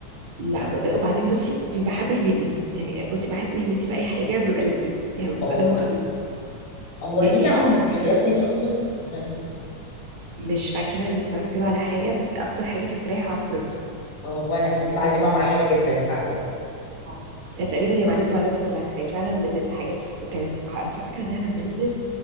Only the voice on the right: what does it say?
لا بجد وبعدين بصي بحب هنيدي يعني بصي بحس ان هنيدي في اي حاجه بيبقى لذيذ يعني بيبقى
دمه خفيف
يعني
اه
مش
فاكرة ان اتفرجت له على حاجة بس اكتر حاجة فاكراها عفروتو
اه ده تقريبا هي معلمة مع الناس كلها هي فعلا من الحاجات وكانت على فكرة انها لما نزلت